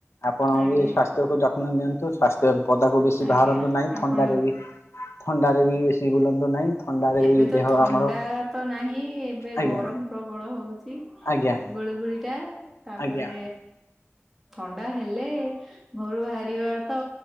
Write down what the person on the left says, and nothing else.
ଆପଣ
ବି ସ୍ଵାସ୍ଥ୍ୟକୁ ଯତ୍ନ ନିଅ। ନ୍ତୁ ସ୍ଵାସ୍ଥ୍ୟ ପଦାକୁ ବେଶୀ
ବାହାରନ୍ତୁ ନାହିଁ,
ଥଣ୍ଡାରେ ବି ଥଣ୍ଡାରେ ବି ବେଶୀ ବୁଲନ୍ତୁ ବୁଲନାହିଁ ଥଣ୍ଡାରେ
ବି
ଦେହ
ଆମର
ଆଜ୍ଞା
ଆଜ୍ଞା।
ଆଜ୍ଞା